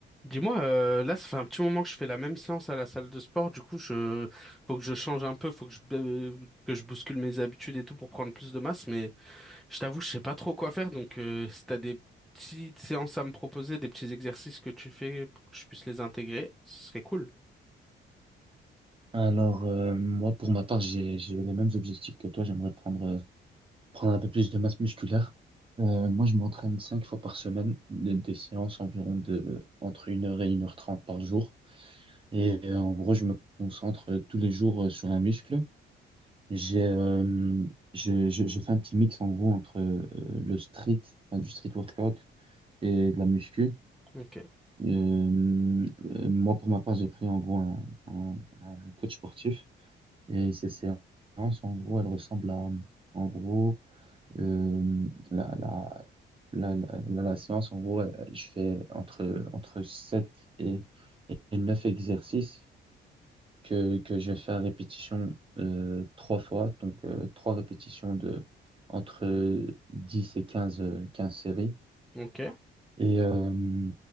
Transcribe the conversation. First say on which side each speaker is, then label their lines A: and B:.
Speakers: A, in the centre; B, on the right.
A: Dis-moi, euh, là, ça fait un petit moment que je fais la même séance à la salle de sport. Du coup, je faut que je change un peu, faut que je euh, que je bouscule mes habitudes et tout pour prendre plus de masse. Mais je t'avoue, je sais pas trop quoi faire. Donc, euh, si t'as des petites séances à me proposer, des petits exercices que tu fais pour que je puisse les intégrer, ce serait cool.
B: Alors, euh, moi, pour ma part, j'ai, j'ai les mêmes objectifs que toi. J'aimerais prendre, euh, prendre un peu plus de masse musculaire. Euh, moi, je m'entraîne cinq fois par semaine, des, des séances environ de entre une heure et une heure trente par jour. Et euh, en gros, je me concentre euh, tous les jours euh, sur un muscle. J'ai, euh, je, je, je fais un petit mix en gros entre euh, le street, enfin, du street workout et de la muscu.
A: Ok,
B: Euh, euh, moi, pour ma part, j'ai pris en gros un, un- un coach sportif Et ces séances, en gros, elles ressemblent à, en gros, euh, la, la, la, la, la la séance, en gros, euh, je fais entre, entre 7 et, et 9 exercices que, que je fais faire répétition euh, trois fois, donc euh, trois répétitions de entre 10 et 15 euh, 15 séries.
A: ok,
B: Et, euh,